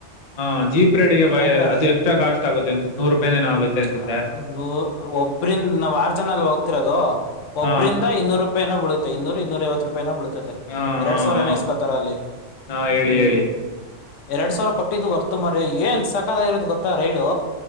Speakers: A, on the left; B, on the left.
A: ಹಾ ಜೀಪ್ ರೇಡಿಗೆ ಬಾಯ
B: ಆಯ್ತಾ
A: ಅದು ಎಷ್ಟ್ರ ಕಾಸ್ಟ್ ಆಗುತ್ತೆ ಅನ್ನ್ಸುತ್ತೆ ನೂರು ರೂಪಾಯಿ ಏನೋ ಆಗುತ್ತೆ ಅನ್ಸುತ್ತೆ
B: ಹ ಒಬ್ರಿಂದ ನಾವ್ ಆರು ಜನಲ್ಲಿ ಹೋಗ್ತಿರೋದು ಒಬ್ರಂದ
A: ಹಾ
B: ಇನ್ನೂರು ರಪಾಯ ಏನೂ ಬೀಳುತ್ತೆ ಇನ್ನೂರು ಇನ್ನೂರು ಐವತ್ತು ರೂಪಿಯ ಏನೂ ಬೀಳ್ತೀಯ್ತೆ.
A: ಹಾ
B: ಎರಡ್
A: ಹಾ
B: ಸಾವಿರ
A: ಹಾ
B: ಏನಸ್ಕೋತಾರ ಅಲ್ಲಿ
A: ಹಾ ಹೇಳಿ
B: ಹ್ಮ್.
A: ಹೇಳಿ
B: ಎರಡು ಸಾವಿರ ಕೊಟ್ಟಿದ್ದು ವರ್ತು ಮರ್ಯಾ ಏನ್ ಸಾಕದ ಇರೋದು ಗೊತ್ತಾ ರೈಡು.